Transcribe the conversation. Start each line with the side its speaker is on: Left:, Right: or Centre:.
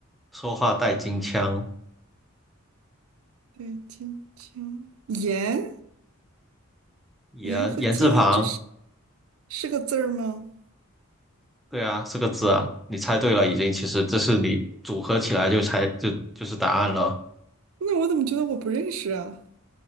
Centre: 说话带金腔，
Right: 代金枪，盐，
Centre: 言言字旁，
Right: 盐和金，这是是个字儿吗？
Centre: 对啊，是个字啊。你猜对了，已经。其实这是你组合起来就猜就就是答案了。
Right: 那我怎么觉得我不认识啊？